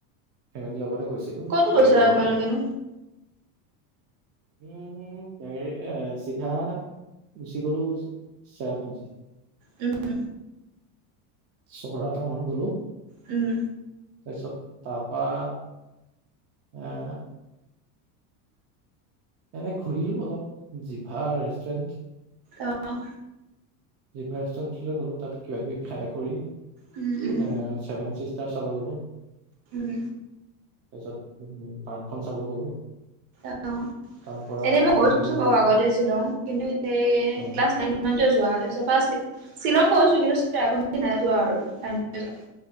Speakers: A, on the right (about 35°); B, on the right (about 50°).
A: ফেমিলীৰ লগতে গৈছিলো
B: ক'ত
A: পৰিয়ালৰ
B: গৈছিলা
A: লগত।
B: তোমালোকেনো
A: উম <unintelligible> চিধা গুচি গ'লো চেৰাপুঞ্জী।
B: উম
A: চহৰা টাউনত গ'লো।
B: উম
A: তাৰপিছত তাৰপা <unintelligible> এনে ঘূৰিলো অলপ জিভা ৰেষ্টুৰেণ্ট
B: অ'
A: জিভা ৰেষ্টুৰেণ্টলৈ গ'লো, তাত কিবা কিবি খাই কৰি এ
B: উম
A: চেভেন চি ষ্টাৰ চাব গ'লো।
B: উম।
A: তাৰ পিছত উ পাৰ্কখন চাব গ'লো।
B: অ'
A: তাৰ পৰা
B: এনেই মই গৈছো
A: আহিলো
B: বাৰু
A: ৰুমত
B: আগতে শ্বিলং, কিন্তু সেই
A: অ
B: ক্লাছ নাইন তে যোৱা তাৰপিছৰ পৰা শ্বিলং গৈছো, কিন্তু চেৰাপুঞ্জী নাই যোৱা আৰু নাইনতে যোৱা।